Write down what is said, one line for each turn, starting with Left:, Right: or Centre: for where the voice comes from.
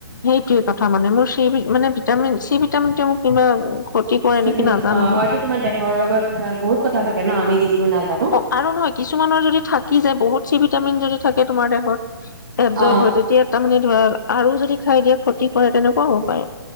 Left: সেই কথা মানে মোৰ চি মানে ভিটামিন চি ভিটামিন টোৱে মোক ইমান - ক্ষতি কৰে নেকি
Right: উম,
Left: নাজানো
Right: অ হয়তো তোমাৰ দেহৰ লগত আহ, বহুত কথা থাকে ন আমি যিটো নাজানো
Left: অ' আৰু নহয় কিছুমানৰ যদি থাকি যায় বহুত চি ভিটামিন যদি থাকে তোমাৰ দেহত
Right: অ
Left: চব হয় তেতিয়া তাৰ মানে ধৰা আৰু যদি খাই দিয়া ক্ষতি কৰে তেনেকুৱাও হ'ব পাৰে।